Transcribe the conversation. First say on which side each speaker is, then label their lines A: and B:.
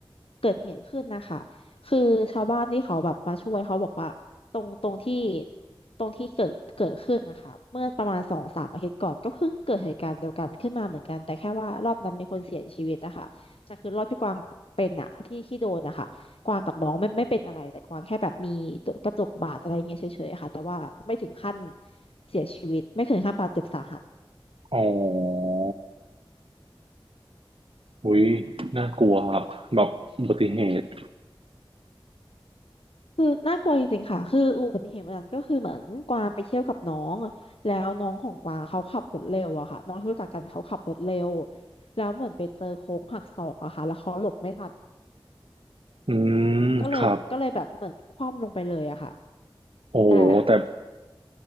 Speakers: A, on the left; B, on the right.
A: เกิดเหตุขึ้นนะคะคือชาวบ้านที่เขาแบบมาช่วยเขาบอกว่าตรงตรงที่ตรงที่เกิดเกิดขึ้นนะคะเมื่อประมาณสองสามอาทิตย์ก่อนก็เพิ่งเกิดเหตุการณ์เดียวกันขึ้นมาเหมือนกันแต่แค่ว่ารอบนั้นมีคนเสียชีวิตอะค่ะแต่คือรอบพี่กวางเป็นอะที่ที่โดนนะคะ กวางกับน้องไม่ไม่เป็นอะไรแต่กวางแค่แบบมีตัวกระจกบาดอะไรเงี้ยเฉยๆค่ะแต่ว่าไม่ถึงขั้นเสียชีวิตไม่ถึงขั้นบาดเจ็บสาหัส
B: อ๋อ อุ๊ยน่ากลัวครับแบบอุบัติเหตุ
A: คือน่ากลัวจริงๆค่ะคืออุบัติเหตุวันนั้นก็คือเหมือนกวางไปเที่ยวกับน้องแล้วน้องของกวางเขาขับรถเร็วอะค่ะน้องที่รู้จักกันเขาขับรถเร็วแล้วเหมือนไปเจอโค้งหักศอกอะค่ะแล้วเขาหลบไม่ทัน
B: อืมครับ
A: ก็เลยก็เลยแบบเหมือนคว่ำลงไปเลยอะค่ะ
B: โอ้โฮแต่
A: แต่